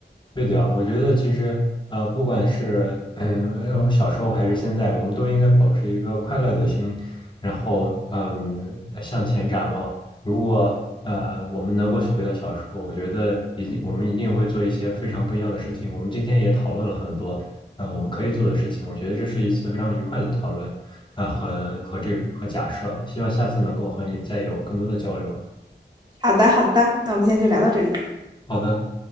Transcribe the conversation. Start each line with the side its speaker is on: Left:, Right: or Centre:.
Left: 对的，我觉得其实呃，不管是嗯小时候还是现在，我们都应该保持一个快乐的心，然后嗯向前展望。如果呃我们能够回到小时候，我觉得一定我们一定会做一些非常不一样的事情。我们今天也讨论了很多呃我们可以做的事情，我觉得这是一次非常愉快的讨论啊、呃和和这个和假设，希望下次能够和你再有更多的交流。
Right: 好的，好的，那我们今天就聊到这里。
Left: 好的。